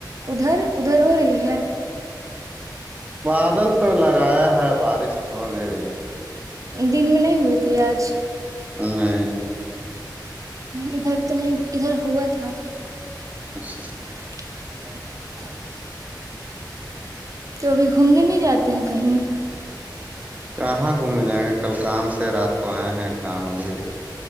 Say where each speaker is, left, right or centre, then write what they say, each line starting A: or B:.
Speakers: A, on the right (about 45°); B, on the right (about 20°).
A: ادھر ادھر ہو رہی ہے
B: بادل تو لگایا ہے بارش تو ہو نہیں رہی
A: دن میں نہیں ہوئی تھی آج
B: نہیں
A: ادھر تو نہیں ادھر ہوا تھا
B: اچھا
A: <inaudible> تو ابھی گھومنے نہیں جاتے ہیں کہیں
B: کہاں گھومنے جائیں گے کل کام سے رات کو آئے ہیں کام ابھی